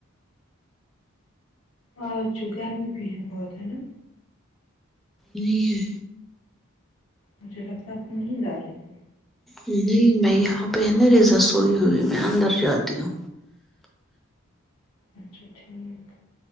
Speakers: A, on the left; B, in the centre.
A: آج گرمی بھی ہے بہت ہے ناں
B: نہیں ہے
A: مجھے لگتا ہے آپ کو نیند آ رہی ہے
B: نہیں میں یہاں پہن ریزا سوئی ہوئی میں اندر جاتی ہوں
A: اچھا ٹھیک